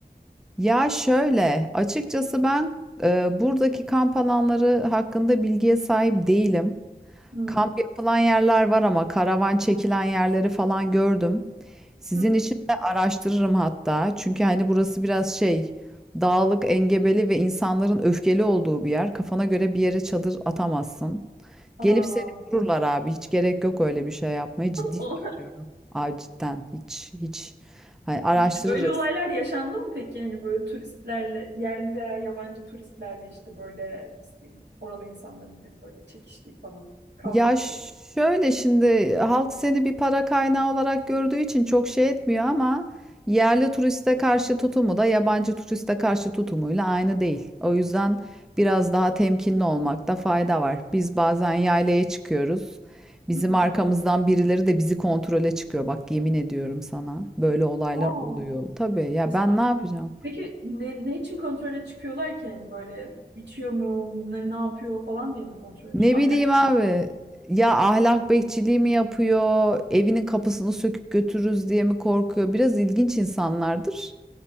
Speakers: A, in the centre; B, on the right.
A: Ya şöyle, açıkçası ben e, buradaki kamp alanları hakkında bilgiye sahip değilim.
B: Hmm.
A: Kamp yapılan yerler var ama karavan çekilen yerleri falan gördüm. Sizin
B: Hı hı.
A: için de araştırırım hatta. Çünkü hani burası biraz şey, dağlık, engebeli ve insanların öfkeli olduğu bir yer. Kafana göre bir yere çadır atamazsın.
B: Aa.
A: Gelip seni vururlar abi. Hiç gerek yok öyle bir şey yapmaya. Ciddi
B: O-
A: söylüyorum. Aa, cidden hiç hiç.
B: <laughs>
A: Hani araştırırız.
B: Hiç böyle olaylar yaşandı mı peki? Yani böyle turistlerle, yerli veya yabancı turistlerle işte böyle nasıl diyeyim, oralı insanların hani böyle çekiştiği falan, kavga
A: Ya
B: ettiği.
A: şöyle şimdi halk seni bir para kaynağı olarak gördüğü için çok şey etmiyor ama yerli turiste karşı tutumu da yabancı turiste karşı tutumuyla aynı değil. O yüzden biraz daha temkinli olmakta fayda var. Biz bazen yaylaya çıkıyoruz. Bizim
B: Hı hı.
A: arkamızdan birileri de bizi kontrole çıkıyor. Bak yemin ediyorum sana böyle olaylar
B: Aa,
A: oluyor. Tabii ya
B: estağfurullah.
A: ben ne yapacağım?
B: Peki ne, ne için kontrole çıkıyorlar ki yani böyle içiyor mu, ne, ne yapıyor falan diye mi kontrole
A: Ne
B: çıkıyor?
A: bileyim
B: Ahlak
A: abi.
B: bir için mi yapıyor?
A: Ya ahlak bekçiliği mi yapıyor? Evinin kapısını söküp götürürüz diye mi korkuyor? Biraz ilginç insanlardır.